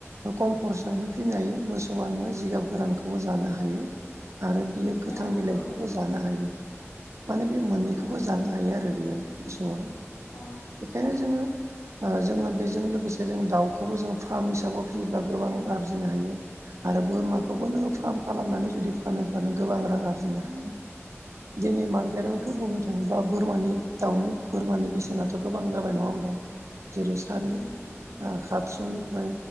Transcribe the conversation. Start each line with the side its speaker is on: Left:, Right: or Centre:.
Right: खम खरसायावनो फिनो हायो मोसौ नोङो जिगाब गोरानखौबो जानो हायो। आरो बियो गोथां
Left: औ नंगौ
Right: बिलाइखौबो जानो हायो। माने बे मोननैखौबो
Left: ओ
Right: जानो हायो आरो बेयो मोसौआ
Left: औ
Right: बेखायनो
Left: औ
Right: जोङो। ओ जोङो बेजों लोगोसे जों दाउखौबो जों फार्म हिसाबाव फियोब्ला गोबां आरजिनो हायो। आरो। बोरमाखौबो
Left: उम
Right: नोङो फार्म खालामनानै जुदि फानोब्ला नों गोबां रां आरजिनो हायो। दिनै मार्केटआवथ
Left: औ नंगौ
Right: बुंनो थाङोब्ला बोरमानि दाउनि बोरमानि बेसेनाथ गोबां जाबाय नङा होमबा जेरै सारि
Left: उम
Right: ओ सातसनिफ्राय